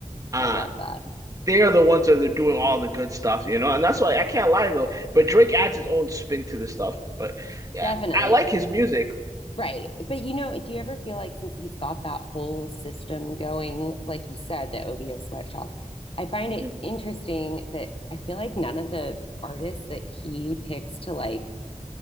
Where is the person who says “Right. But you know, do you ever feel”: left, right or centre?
Left